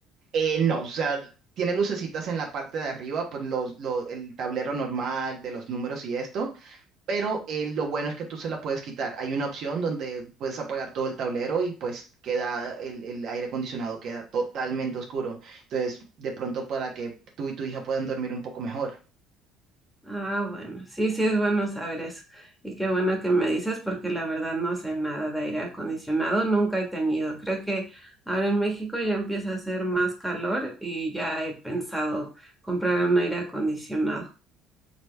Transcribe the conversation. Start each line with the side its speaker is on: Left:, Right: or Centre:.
Right: Eh, no, o sea, tiene lucecitas en la parte de arriba, pues los, lo- el tablero normal de los números y esto. Pero eh, lo bueno es que tú se la puedes quitar. Hay una opción donde puedes apagar todo el tablero y pues queda el, el aire acondicionado, queda totalmente oscuro. Entonces, de pronto para que tú y tu hija puedan dormir un poco mejor.
Centre: Ah, bueno, sí, sí es bueno saber eso. Y qué bueno que me dices porque la verdad no sé nada de aire acondicionado, nunca he tenido. Creo que ahora en México ya empieza a hacer más calor y ya he pensado comprar un aire acondicionado.